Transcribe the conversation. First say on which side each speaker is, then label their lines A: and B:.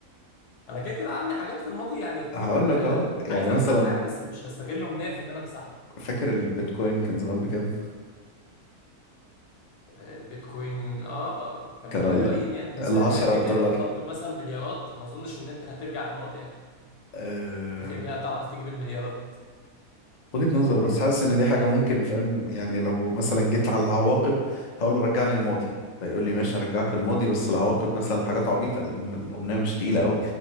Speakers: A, on the left; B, on the left.
A: انا كده كده عندي حاجات في الماضي يعني كتير
B: هقول لك
A: آه،
B: اه يعني
A: عايز
B: مثلا
A: امسحها يعني بس مش هستغل امنية في ان انا امسحها
B: فاكر البيتكوين كان زمان بكام
A: البيتكوين اه كان
B: كان
A: بملاليم
B: ال
A: يعني بس
B: 10
A: انت كده
B: في
A: كده
B: دولار
A: لو طلبت مثلا مليارات ما اظنش ان انت هترجع الماضي يعني
B: آه،
A: كده كده هتعرف تجيب المليارات
B: وجهة نظر بس حاسس ان دي حاجة ممكن فاهم يعني لو مثلا جيت على العواقب هقول له رجعني الماضي فيقول لي ماشي هرجعك الماضي بس العواقب مثلا حاجات عبيطة لان الأمنية مش تقيلة قوي